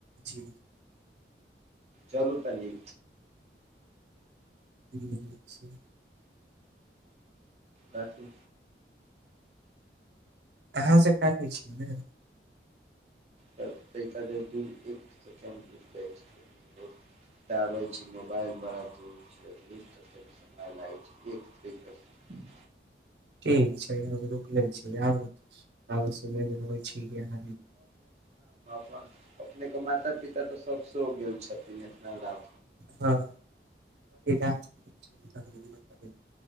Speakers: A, on the right; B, on the right.
A: जी।
B: चलु तनी।
A: हुं जी।
B: राखु।
A: अहां सब काटै छी ने।
B: त तहि खातिर दिन एक सेकेण्ड रुकि जाइ छै दाबै छै मोबाइल बड़ा दूर छै दू त कनि समय लागै छै एक त
A: ठीक छै और रुकले छी आर भ होइ छी अहां कि
B: वाह, अपने के माता पिता त सब सेहो गेल छथिन इतना लाभ
A: हां। <unintelligible>